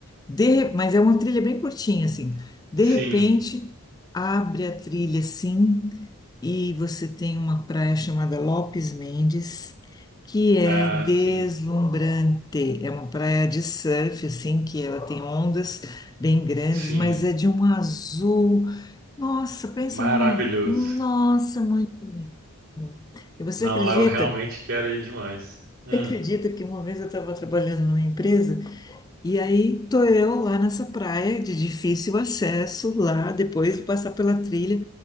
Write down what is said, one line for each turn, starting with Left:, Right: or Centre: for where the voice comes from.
Left: De, mas é uma trilha bem curtinha, assim. De repente,
Right: Sim,
Left: abre a trilha, assim, e você tem uma praia chamada Lopes Mendes, que é
Right: ah,
Left: deslumbrante.
Right: sim,
Left: É uma praia de surf, assim, que ela tem ondas bem grandes,
Right: sim,
Left: mas é de um azul. Nossa, pensa
Right: maravilhoso.
Left: numa. Nossa, muito lindo. E você
Right: Não,
Left: acredita?
Right: lá eu realmente quero ir demais. Hum.
Left: Você acredita que uma vez eu estava trabalhando numa empresa? E aí tô eu lá nessa praia de difícil acesso, lá depois de passar pela trilha.